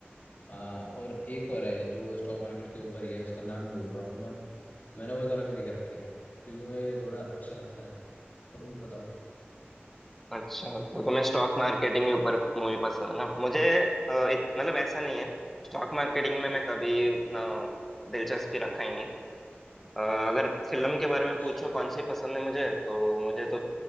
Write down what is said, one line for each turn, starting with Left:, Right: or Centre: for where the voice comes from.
Left: अ, और एक और है जो स्टॉक मार्केट के ऊपर ही है उसका नाम बोल रहा हूँ मैं मैंने वो दोनों भी देख रखे हैं क्योंकि मुझे थोड़ा अच्छा लगता है तुम बताओ
Centre: अच्छा तो तुम्हें स्टॉक मार्केटिंग के ऊपर मूवी पसंद है ना मुझे अ, इत, मतलब ऐसा नहीं है स्टॉक मार्केटिंग में मैं कभी उतना दिलचस्पी रखा ही नहीं अ, अगर फिल्म के बारे में
Left: अच्छा
Centre: पूछो कौन सी पसंद है मुझे तो मुझे तो